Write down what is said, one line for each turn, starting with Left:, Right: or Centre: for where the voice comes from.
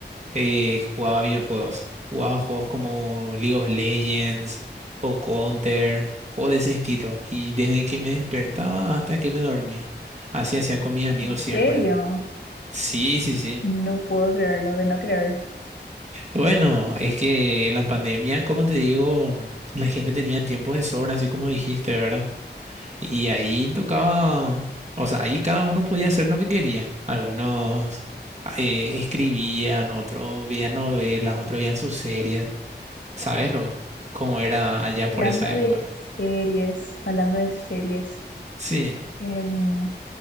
Right: eh, jugaba videojuegos. Jugaba juegos como League of Legends o Counter, juegos de ese estilo. Y desde que me despertaba hasta que me dormía. Así hacía con mis amigos
Left: ¿En
Right: siempre.
Left: serio?
Right: Sí, sí, sí.
Left: No puedo creerlo, de no creer.
Right: Bueno, es que en la pandemia, como te digo, la gente tenía tiempo de sobra, así como dijiste, ¿verdad? Y ahí tocaba, o sea, ahí cada uno podía hacer lo que quería. Algunos eh, escribían, otros veían novelas, otros veían sus series. ¿Sabes lo? Cómo era allá
Left: Hablando
Right: por esa época.
Left: de series, hablando de series,
Right: Sí.
Left: em,